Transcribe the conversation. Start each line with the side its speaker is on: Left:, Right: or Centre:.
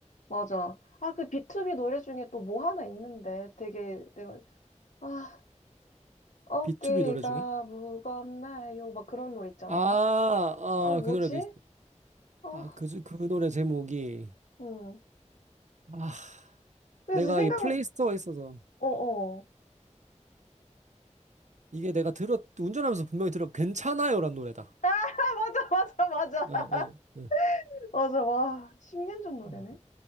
Left: 맞아. 아, 그 비투비 노래 중에 또 뭐 하나 있는데 되게 내가 아, 어깨가
Right: B2B 노래 중에?
Left: 무겁나요? 막 그런 노래 있지 않았나?
Right: 아, 아,
Left: 아, 뭐지?
Right: 그 노래도 있어.
Left: 아,
Right: 아, 그, 주- 그 노래 제목이.
Left: 응.
Right: 아,
Left: 그래서
Right: 내가
Left: 생각,
Right: 이 플레이스토어에 있어서.
Left: 어, 어. <laughs>
Right: 이게 내가 들었, 운전하면서 분명히 들었, 괜찮아요란 노래다.
Left: 아, 맞아, 맞아,
Right: 아,
Left: 맞아.
Right: 예, 예.
Left: <laughs> 맞아, 와. 10년 전 노래네?
Right: 음,